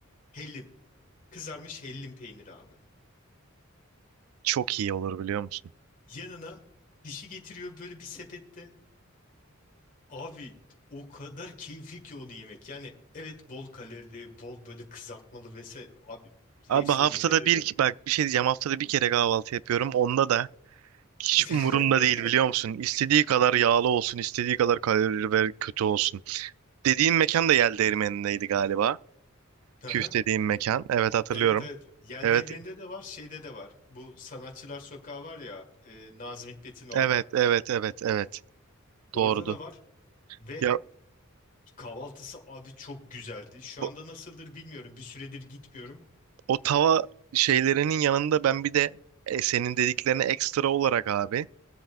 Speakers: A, on the left (about 40°); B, on the right (about 80°).
A: hellim, kızarmış hellim peyniri abi.
B: Çok iyi olur biliyor musun?
A: Yanına dişi getiriyor böyle bir sepette. Abi o kadar keyifli ki onu yemek. Yani evet bol kalorili, bol böyle kızartmalı vesaire. Abi
B: Abi
A: hepsini
B: haftada
A: bir kere yapıyorum.
B: bir ki bak bir şey diyeceğim haftada bir kere kahvaltı yapıyorum. Onda da hiç
A: <laughs>
B: umurumda değil biliyor musun? İstediği kadar yağlı olsun, istediği kadar kalorili ve kötü olsun. Dediğin mekan da Yel Değirmeni'ndeydi galiba.
A: Aha.
B: Küf dediğim mekan. Evet hatırlıyorum.
A: Evet evet. Yel
B: Evet,
A: Değirmeni'nde de var, şeyde de var. Bu Sanatçılar Sokağı var ya, e, Nazım Hikmet'in orada.
B: evet, evet, evet, evet.
A: Orada
B: Doğrudu.
A: da var ve
B: Ya
A: kahvaltısı abi çok güzeldi. Şu
B: bu,
A: anda nasıldır bilmiyorum. Bir süredir gitmiyorum.
B: o tava şeylerinin yanında ben bir de e, senin dediklerine ekstra olarak abi